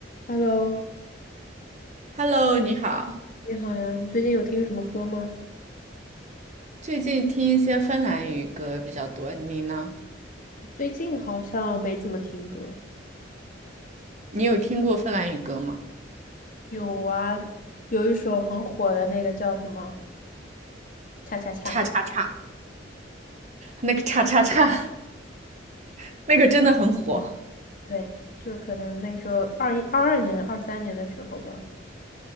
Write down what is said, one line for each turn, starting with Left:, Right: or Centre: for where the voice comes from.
Left: Hello，
Right: Hello，你好。
Left: 你好呀，你最近有听什么歌吗？
Right: 最近听一些芬兰语歌比较多，你呢？
Left: 最近好像没怎么听歌。
Right: 你有听过芬兰语歌吗？
Left: 有啊，有一首很火的那个叫什么“恰恰恰”，
Right: 叉叉叉，
Left: 啊
Right: 那个叉叉叉，<laughs> 那个真的很火。
Left: 对，就是可能那个时候二一、二二年的、二三年的时候吧。